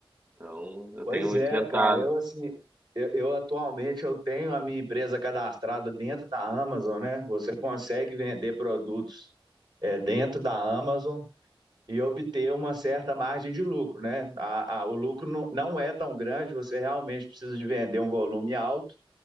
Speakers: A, on the right; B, on the right.
A: Então, eu
B: Pois
A: tenho enfrentado.
B: é, cara. Eu, assim, eu, eu atualmente eu tenho a minha empresa cadastrada dentro da Amazon, né? Você consegue vender produtos é, dentro da Amazon e obter uma certa margem de lucro, né? A, a- o lucro não, não é tão grande, você realmente precisa de vender um volume alto,